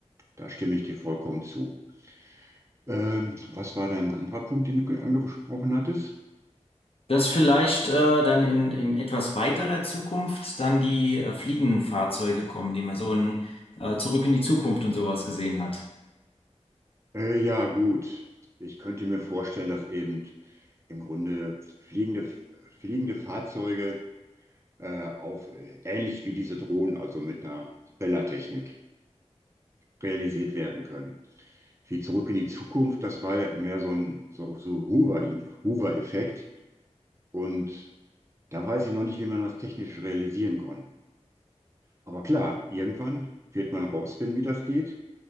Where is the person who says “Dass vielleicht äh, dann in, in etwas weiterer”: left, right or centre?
Left